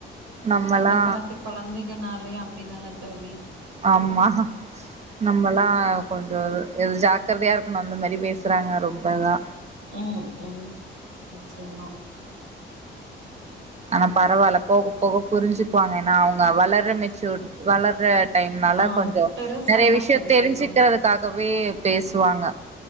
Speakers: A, on the right; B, on the right.
A: நம்மல்லா
B: இந்த காலத்து கொழந்தைங்கனாலே அப்டிதான தோழி
A: ஆமா நம்மல்லா கொஞ்சோ இது எது ஜாக்கர்தையா இருக்கனோ அந்த மாரி பேசுறாங்க ரொம்பதா
B: ம் ம் நிச்சயமா
A: ஆனா பரவால்ல போக போக புரிஞ்சுக்வாங்க ஏன்னா அவங்க வளர்ற மெச்சூட் வளர்ற டைம்னால
B: ஆ
A: கொஞ்சோ
B: பெருசானா
A: நெறைய விஷய
B: சரியாயிருங்க
A: தெரிஞ்சுக்கறதுக் க்காகவே பேசுவாங்க